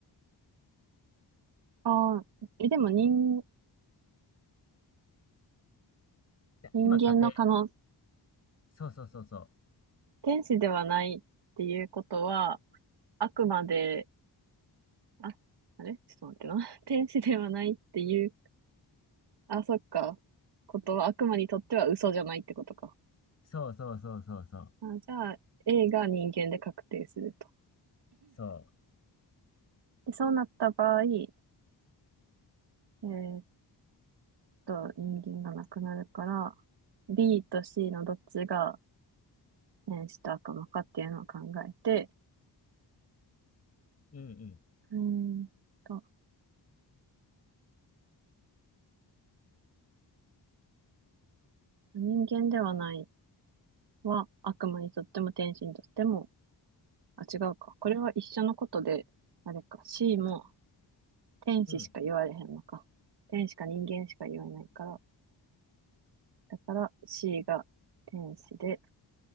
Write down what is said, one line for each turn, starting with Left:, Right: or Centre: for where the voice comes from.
Right: ああ、え、でも人、
Left: で今、
Right: 人間の可能、
Left: 家庭、
Right: ん
Left: そうそうそうそう。
Right: 天使ではないっていうことは、あくまで、あ、あれちょっと待ってな。<laughs> 天使ではないっていう、あ、そっか。ことは悪魔にとっては嘘じゃないってことか。
Left: そう、そうそうそうそうそう。
Right: あ、じゃあ、A が人間で確定すると。
Left: そ
Right: で、そうなった場合、えーと人間がなくなるから、B と C のどっちが変死と悪魔かっていうのを考えて、
Left: う。うんうん。
Right: えーっと、人間ではないは悪魔にとっても天使にとっても、あ、違うか。これは一緒のことで、あれか、C も天使しか言われへんのか。
Left: うん
Right: 天使か人間しか言えないから、だから C が天使で、